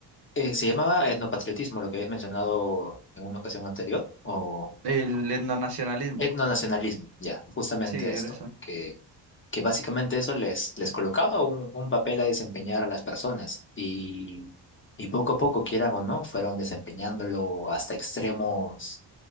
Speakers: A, on the left; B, on the right.
A: Eh, ¿se llamaba etnopatriotismo lo que habías mencionado en una ocasión anterior? ¿O
B: El etnonacionalismo.
A: etnonacionalismo? Ya, justamente
B: Sí,
A: esto,
B: era eso.
A: que, que básicamente eso les, les colocaba un, un papel a desempeñar a las personas y, y poco a poco, quieran o no, fueron desempeñándolo hasta extremos